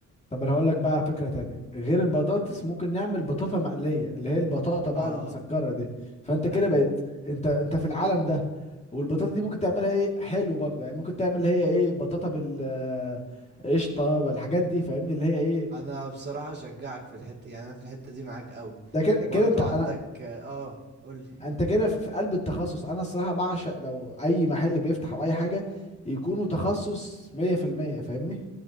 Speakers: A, on the left; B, on the right.
A: طب انا هقول لك بقى فكرة تانية غير البطاطس ممكن نعمل بطاطا مقلية اللي هي البطاطا
B: اه
A: بقى المسكرة دي فانت كده
B: ايوه
A: بقت انت انت في العالم ده والبطاطا دي ممكن تعملها ايه حلو برضه يعني ممكن تعمل اللي هي ايه بطاطا بال آه، قشطة بالحاجات دي فاهمني اللي هي ايه
B: انا بصراحة اشجعك في الحتة يعني انا في الحتة دي معاك قوي
A: ده كده
B: برضو
A: كده انت
B: عندك
A: انا
B: اه قولي
A: انت كده في في قلب التخصص انا الصراحة بعشق لو اي محل بيفتح او اي حاجة يكونوا تخصص 100% فاهمني